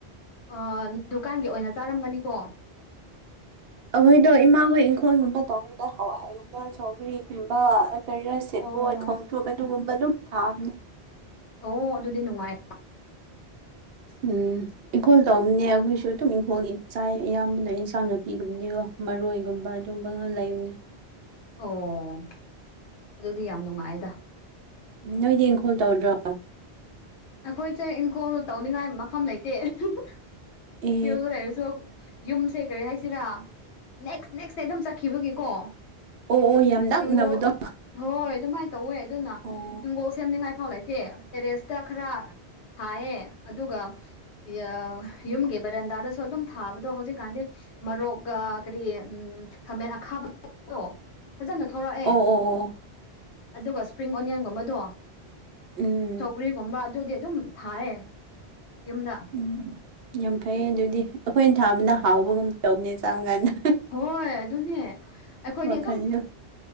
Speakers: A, on the left; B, on the right.
A: ꯑ ꯗꯨꯀꯥꯟꯒꯤ ꯑꯣꯏꯅ ꯆꯥꯔꯝꯒꯅꯤꯀꯣ
B: ꯑꯈꯣꯏꯗꯣ ꯏꯃꯥꯈꯣꯏ ꯏꯪꯈꯣꯜꯒꯨꯝꯕ ꯇꯧꯋꯦꯗ ꯍꯋꯥꯏꯒꯨꯝꯕ ꯁꯧꯒ꯭ꯔꯤꯒꯨꯝꯕ ꯀꯔꯤ ꯑꯁ ꯁꯦꯕꯣꯠ
A: ꯑꯣ
B: ꯈꯣꯡꯇ꯭ꯔꯨꯝ ꯑꯗꯨꯒꯨꯝꯕ ꯑꯗꯨꯝ ꯊꯥꯝꯅꯦ
A: ꯑꯣ ꯑꯗꯨꯗꯤ ꯅꯨꯡꯉꯥꯏ
B: ꯎꯝ ꯏꯪꯈꯣꯜ ꯇꯧꯝꯅꯦ ꯑꯩꯈꯣꯏꯁꯨ ꯑꯗꯨꯝ ꯏꯪꯈꯣꯜꯒꯤ ꯆꯥꯏ ꯑꯌꯥꯝꯕꯅ ꯏꯟꯁꯥꯡ ꯅꯥ ꯄꯤ ꯒꯨꯝꯕꯅꯤꯀꯣ ꯃꯔꯣꯏꯒꯨꯝꯕ ꯑꯗꯨꯒꯨꯝꯕꯒ ꯂꯩꯕꯅꯦ
A: ꯑꯣ ꯑꯗꯨꯗꯤ ꯌꯥꯝ ꯅꯨꯡꯉꯥꯏꯗ
B: ꯅꯣꯏꯗꯤ ꯏꯪꯈꯣꯜ ꯇꯧꯗ꯭ꯔꯣ
A: ꯑꯩꯈꯣꯏꯁꯦ ꯏꯪꯈꯣꯜ ꯇꯧꯅꯤꯡꯉꯥꯏ ꯃꯐꯝ ꯂꯩꯇꯦ ꯐꯤꯜꯗ
B: ꯑꯦ
A: ꯂꯩꯔꯁꯨ ꯌꯨꯝꯁꯦ ꯀꯔꯤ ꯍꯥꯏꯁꯤꯔꯥ ꯅꯦꯛꯁ ꯅꯦꯛꯁ ꯅꯦ ꯑꯗꯨꯝ ꯆꯠꯈꯤꯕꯒꯤꯀꯣ
B: ꯑꯣ ꯑꯣ ꯌꯥꯝ ꯅꯛꯅꯕꯗꯣ
A: ꯍꯤꯡꯒꯣꯜ ꯍꯣꯏ ꯑꯗꯨꯃꯥꯏꯅ ꯇꯧꯋꯦ ꯑꯗꯨꯅ
B: ꯑꯣ
A: ꯍꯤꯡꯒꯣꯜ ꯁꯦꯝꯅꯤꯡꯉꯥꯏꯐꯥꯎ ꯂꯩꯇꯦ ꯇꯦꯔꯦꯁꯇ ꯈꯔ ꯁꯥꯏꯌꯦ ꯑꯗꯨꯒ ꯌꯣ ꯌꯨꯝꯒꯤ ꯕꯔꯦꯟꯗꯥꯗꯁꯨ ꯑꯗꯨꯝ ꯊꯥꯕꯗꯣ ꯍꯧꯖꯤꯛꯀꯥꯟꯗꯤ ꯃꯔꯣꯛꯒ ꯀꯔꯤ ꯎꯝ ꯈꯥꯃꯦꯟ ꯑꯈꯥꯕꯗꯣ ꯐꯖꯅ ꯊꯣꯔꯛꯑꯦ
B: ꯑꯣ ꯑꯣ ꯑꯣ ꯑꯣ
A: ꯑꯗꯨꯒ ꯏꯁꯄ꯭ꯔꯤꯡ ꯑꯣꯅꯤꯌꯟꯒꯨꯝꯕꯗꯣ
B: ꯎꯝ
A: ꯁꯧꯒ꯭ꯔꯤꯒꯨꯝꯕ ꯑꯗꯨꯗꯤ ꯑꯗꯨꯝ ꯊꯥꯏꯌꯦ ꯌꯨꯝꯗ
B: ꯎꯝ ꯌꯥꯝ ꯐꯩꯌꯦ ꯑꯗꯨꯗꯤ ꯑꯩꯈꯣꯏꯅ ꯊꯥꯕꯅ ꯍꯥꯎꯕꯒꯨꯝ ꯇꯧꯕꯅꯦ ꯆꯥꯡꯅꯥꯏꯅ
A: ꯍꯣꯏ ꯑꯗꯨꯅꯦ ꯑꯩꯈꯣꯏꯗꯤ
B: ꯋꯥꯈꯜꯁꯨ
A: ꯑꯗꯨꯝ